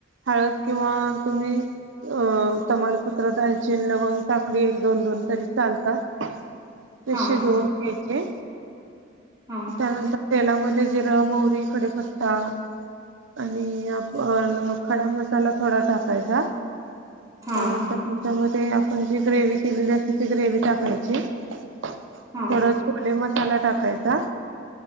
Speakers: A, on the right (about 75°); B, on the right (about 20°).
A: हळद किंवा तुम्ही अ तमालपत्र दालचीन लवंग टाकली एक दोन दोन तरी चालतात. ते
B: हां
A: शिजवून घ्यायचे.
B: हम्म.
A: त्यानंतर तेलामध्ये जिरं मोहरी कडीपत्ता आणि आपण अ खडा मसाला थोडा टाकायचा.
B: हां
A: त्यानंतर त्याच्यामध्ये आपण जी ग्रेव्ही केलेली असते ती ग्रेव्ही टाकायची. थोडा
B: हां
A: छोले मसाला टाकायचा